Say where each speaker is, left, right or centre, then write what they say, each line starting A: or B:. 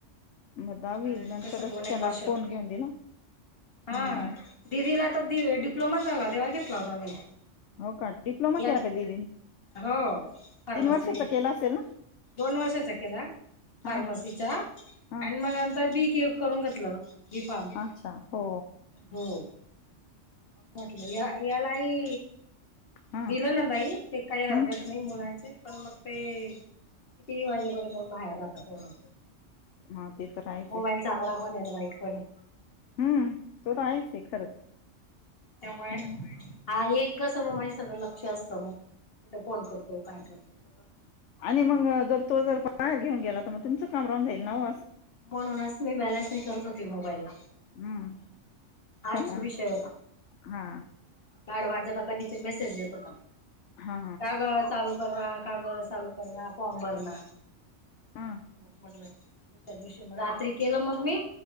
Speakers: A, on the left (about 70°); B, on the left (about 50°).
A: म दवीज
B: आता
A: नंतरच
B: कसं दोन एक
A: त्याला
B: वर्ष
A: फोन घेऊन दिला
B: हा
A: हम्म
B: दिदीला तर डिप्लोमा झाला तेव्हा घेतला होता मी
A: हो का डिप्लोमा
B: या
A: केला का दिदीने
B: हो फारमसी
A: तीन वर्षाचा केला असेल ना
B: दोन वर्षाचा केला फार्मसीचा
A: हा हा
B: आणि म नंतर बी के करून घेतलं बी फारम
A: अच्छा हो
B: हो म्हटलं या यालाही
A: हा
B: दिलं ना नाहीई ते काही हरकत
A: हम्
B: नाही मुलांचे पण मग ते किती वाजेपर्यंत बाहेर राहतात
A: हा ते तर आहेच
B: मोबाईल
A: आहे
B: चांगला पण हे एन वाईट पण हे
A: हम्म तो तर आहेच ते खरंच
B: त्यामुळे
A: हम्म.
B: हा एक इतकासम माझे सगळं लक्ष असतं मग कुठे फोन करतो काय करतो सगळं
A: आणि मग जर तो जर बाहेर घेऊन गेला तर मग तुमचं काम राहून जाईल नाव
B: म्हणूनच मी बॅलन्स नही करत होती मोबाईला
A: हम्म
B: हाच
A: हा हा
B: विषय होता
A: हा
B: बाडवांचा कधीच मेसेज येत होता
A: हा
B: काग चालू करना काग चालू करना फॉर्म भरणा
A: हा
B: म म्हटलं दुसऱ्या दिवशी रात्री केलं मग मी